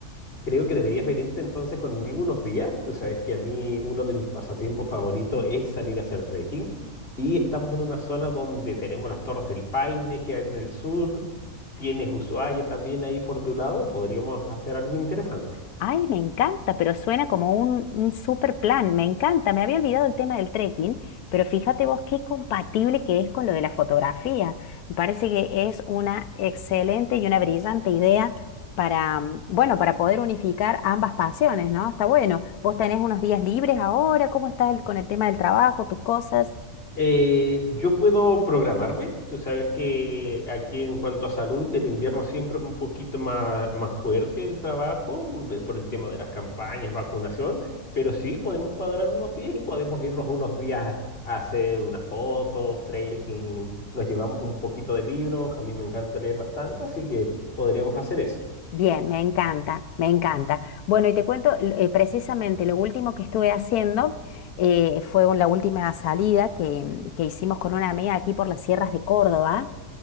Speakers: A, on the left (about 35°); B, on the left (about 75°).
A: Creo que deberías venirte entonces conmigo unos días. Tú sabes que a mí uno de mis pasatiempos favoritos es salir a hacer trekking. Y estamos en una zona donde tenemos las Torres del Paine que hay en el sur. Tienes Ushuaia también ahí por tu lado. Podríamos hacer algo interesante.
B: Ay, me encanta, pero suena como un, un super plan, me encanta. Me había olvidado el tema del trekking, pero fíjate vos qué compatible que es con lo de la fotografía. Me parece que es una excelente y una brillante idea para, mm, bueno, para poder unificar ambas pasiones, ¿no? Está bueno. ¿Vos tenés unos días libres ahora? ¿Cómo estás el- con el tema del trabajo, tus cosas?
A: Eh, yo puedo programarme. Tú sabes que aquí en cuanto a salud, el invierno siempre es un poquito más, más fuerte el trabajo eh, por el tema de las campañas, vacunación, pero sí podemos cuadrar unos días y podemos irnos unos días a hacer unas fotos, trekking, nos llevamos un poquito de libros, a mí me encanta leer bastante, así que podríamos hacer eso.
B: Bien, me encanta, me encanta. Bueno, y te cuento eh, precisamente lo último que estuve haciendo eh, fue un- la última salida que, mm, que hicimos con una amiga aquí por las sierras de Córdoba